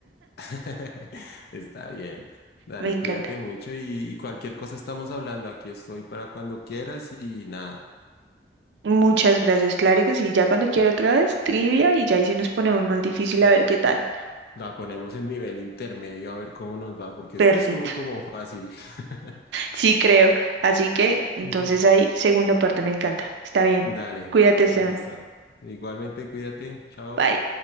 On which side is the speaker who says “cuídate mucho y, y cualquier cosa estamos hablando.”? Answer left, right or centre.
Left